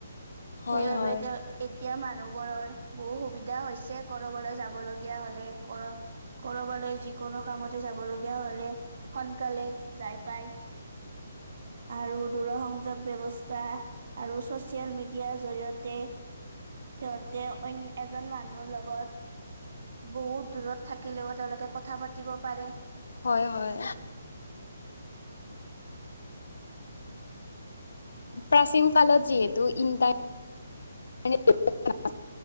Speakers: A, on the left; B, on the right.
A: হয়
B: সেইবাবে তেওঁ এতিয়া মানুহ বোৰৰ বহু সুবিধা হৈছে কৰবলৈ যাব লগীয়া হ'লে কৰ- কৰবালৈ যিকোনো কামতে যাব লগীয়া হ'লে সোনকালে যাই পায়। আৰু দূৰ সংযোগ ব্যৱ- স্থা আৰু ছ'চিয়েল মিডিয়া জৰিয়তে সিহঁতে অইন এজন মানুহৰ লগত বহুত দূৰত থাকিলেও তেওঁলোকে কথা পাতিব পাৰে।
A: হয় হয় প্ৰাচীন কালত যিহেতু ইণ্টাৰ <unintelligible>